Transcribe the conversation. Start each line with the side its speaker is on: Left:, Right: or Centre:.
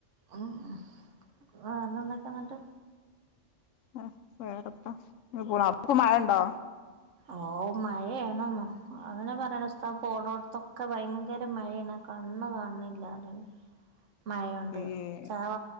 Right: അഹ് അ അതെന്തൊക്കെയാന്ന്ട്ട്
Left: ആഹ് വേറെന്താ <unintelligible> അവ്ടക്കെ മഴേണ്ടോ
Right: ഓ മഴയാണെന്നോ അങ്ങന പറയണസ്ഥ പോണോട്ത്തൊ ക്കെ ഭയങ്കര മഴേണ് കണ്ണ് കണണി ല്ലാ റഞ്ഞണ്ട് മഴയൊണ്ട്
Left: ഏ
Right: ചാവ